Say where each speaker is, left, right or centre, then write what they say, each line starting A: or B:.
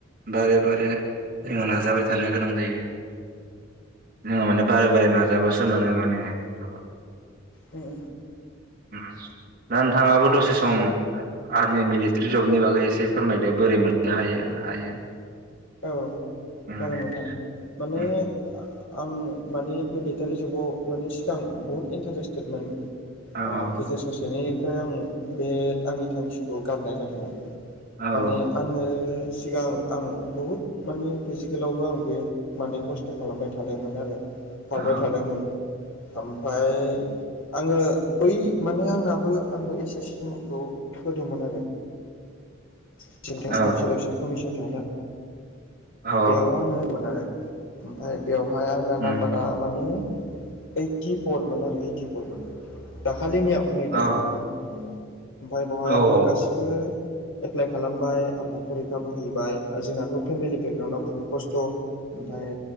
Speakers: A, on the right (about 45°); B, on the left (about 70°).
A: बारे बारे जोङो नाजाबाय थानो गोनां जायो। नोङो माने बारे बारे नाजाबसो मानो माने <unintelligible>
B: उम।
A: उम ओस। दा नोंथाङाबो दसे सम आय आर्मि मिलिटारि जबनि बागै एसे फोरमायदों बोरैमोन नो हायो हायो
B: औ
A: उम
B: जागोन
A: दे
B: नोंथां माने
A: उम
B: आ आ आं माने मिलिटारि जबाव माने सिगां बहुत इन्टारेस्टेदमोन।
A: औ
B: आ गेजेर ससेनिफाय आं बे आंनि थांखिखौ गारनाय जादों आरो
A: औ
B: माने आङो सिगां आं बहुद मानि फिजेकेलावबो आंबे मानि खस्थ खालामबाय थादोंमोन आं खारबाय
A: औ
B: थादोंमोन ओमफाय आंङो बै माने आंनाबो आंबो एस एस सिमखौ होदोंमोन आरो <inaudible> <unintelligible>
A: औ
B: स्टाप सिलेकसन कमिसन थाया
A: औ
B: बेयाव आङोमोन आरो ओमफाय बेवहाय आंना
A: उम
B: नाम्बारा माने ओइटि परमोन आरो ओइटि परमोन दा दाखालिनियाव नै
A: औ
B: दाखालिनियाव थांनायनियाव आमफाय बावहाय
A: औ
B: आङो गासिबो। एप्लाइ खालामबाय ओमफाय फरिखा बोहैबाय आ जोंना थ फेमिलि बेकग्राउन्डआव बुहुद खस्थ ओमफाय